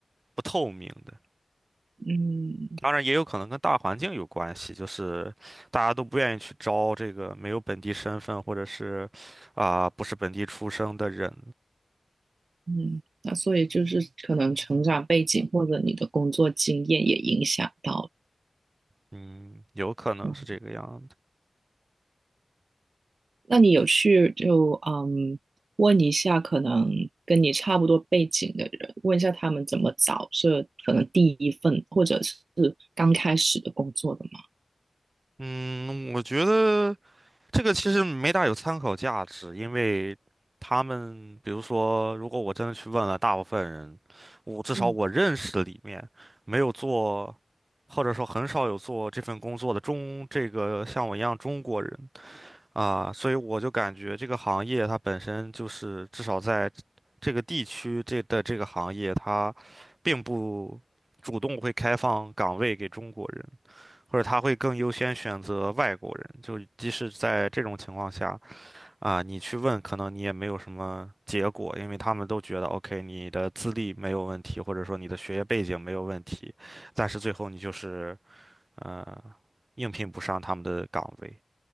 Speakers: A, on the right; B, on the right.
A: 不透明的。
B: 嗯。
A: 当然也有可能跟大环境有关系，就是大家都不愿意去招这个没有本地身份或者是啊、不是本地出生的人，
B: 嗯，那所以就是可能成长背景或者你的工作经验也影响到了
A: 嗯，有可能是这个样子。
B: 这样那你有去就嗯问一下，可能跟你差不多背景的人，问一下他们怎么找这可能第一份或者是刚开始的工作的吗？
A: 嗯，我觉得这个其实没大有参考价值，因为他们比如说，如果我真的去问了大部分人，我至少我认识的里面没有做，
B: 嗯。
A: 或者说很少有做这份工作的中这个像我一样中国人。啊，所以我就感觉这个行业它本身就是，至少在这个地区这的这个行业，它并不主动会开放岗位给中国人，或者他会更优先选择外国人。就即使在这种情况下，啊，你去问，可能你也没有什么结果，因为他们都觉得 OK，你的资历没有问题，或者说你的学业背景没有问题，但是最后你就是呃应聘不上他们的岗位。